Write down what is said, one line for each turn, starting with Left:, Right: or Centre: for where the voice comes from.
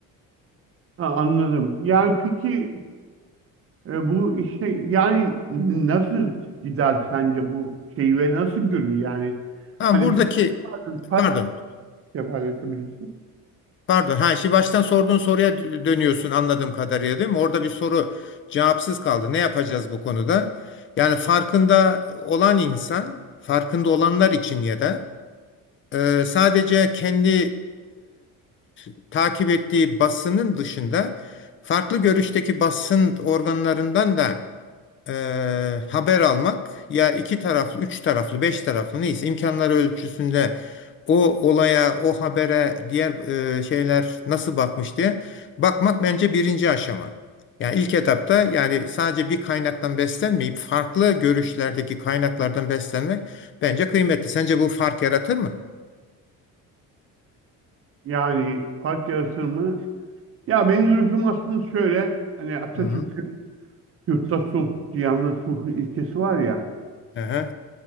Right: Ha, anladım. Yani peki e, bu işte yani nasıl gider sence bu şeyi ve nasıl görür yani?
Left: Tamam
Right: Hani
Left: buradaki
Right: bir paylaşır,
Left: pardon.
Right: paylaşabilirsin.
Left: Pardon. Ha, şimdi baştan sorduğun soruya dö- dönüyorsun anladığım kadarıyla değil mi? Orada bir soru cevapsız kaldı. Ne yapacağız bu konuda? Yani farkında olan insan, farkında olanlar için ya da e, sadece kendi e, takip ettiği basının dışında farklı görüşteki basın organlarından da eee, haber almak ya iki taraflı, üç taraflı, beş taraflı neyse imkanları ölçüsünde o olaya, o habere, diğer eee, şeyler nasıl bakmış diye bakmak bence birinci aşama. Yani ilk etapta yani sadece bir kaynaktan beslenmeyip farklı görüşlerdeki kaynaklardan beslenmek bence kıymetli. Sence bu fark yaratır mı?
Right: Yani fark yaratır mı? Ya benim duruşum aslında şöyle. Hani Atatürk'ün
Left: Hı hı.
Right: Yurtta sulh, cihanda sulh ilkesi var ya.
Left: Aha,